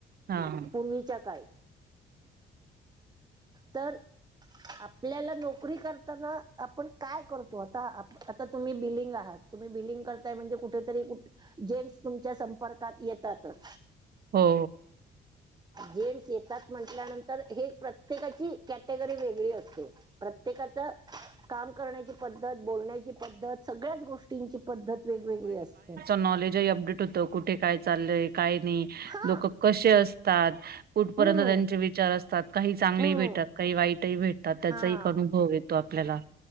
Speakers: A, on the right; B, on the right.
A: हां.
B: पुर्वीच्या काळी तर आप आपल्याला नोकरी करताना आपण काय करतो आता तुम्ही बीलींग आता तुम्ही बिलींग करताय म्हणजे जेन्ट्स तुमच्या संपर्कात येतातच.
A: हो.
B: जेंन्टस येतात म्हटल्यानंतर हे प्रत्येकाची कॅटेगरी वेगळी असते. प्रत्येकाचं काम करण्याची पद्धत बोलण्याची पद्धत सगळ्याच गोष्टी ष्टींची पद्धत वेगवेगळी असते.
A: नॉलेज ही अपडेट होत कुठे काय चाललंय काय नाही
B: हा
A: लोक कसे असतात कुठपर्यंत
B: हम्म
A: त्यांचे विचार असतात काही चांगले
B: हम्म
A: भेटतात काही वाईटही भेटतात त्याचा
B: हा
A: एक अनुभव आहे. भेटतो आपल्याला